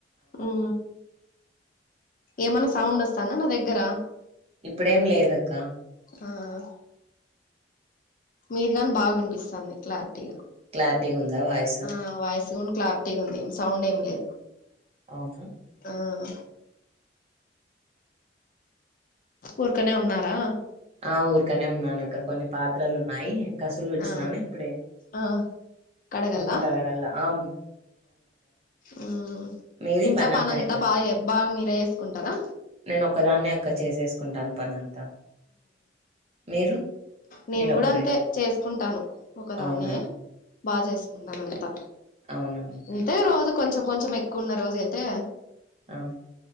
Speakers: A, on the left; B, on the right.
A: ఊఁ ఏమన్న సౌండ్ వస్తాంద నా దెగ్గరా
B: ఇప్పుడేంలేదక్క
A: ఆఁ మీది గాన్ బా వినిపిస్తాంది క్లారిటీగా
B: క్లారిటీ గుందా వాయ్
A: ఆఁ వాయిస్ ఉన్ క్లారిటీగుంది సౌండ్ ఏం లేదు
B: అవునా
A: ఆఁ ఊర్కనే ఉన్నారా
B: ఆఁ ఊర్కనే ఉన్నానక్క కొన్ని పాత్రలున్నాయీ కసులూచ్చినాను
A: ఆ
B: ఇప్పుడే
A: ఆ కడగల్లా
B: ఇంక కడగాల్ల ఆం
A: ఉమ్
B: మీది
A: ఇంట్లో
B: పని అంతా
A: పనంత
B: అయిపోయింది
A: బాయే బాగ్ మీరే ఏస్కుంటరా
B: నేనొక్కదాన్నే అక్కా చేసేస్కుంటాన్ పనంతా మీరు
A: నేన్
B: మీరొక్కరే
A: గుడంతే చేస్కుంటాను ఒకదాన్నే
B: అవునా
A: బా చేస్కుంటాన్ అంతా
B: ఔనా
A: అంతే రోజు కొంచం కొంచం ఎక్కువున్న రోజైతే
B: ఆఁ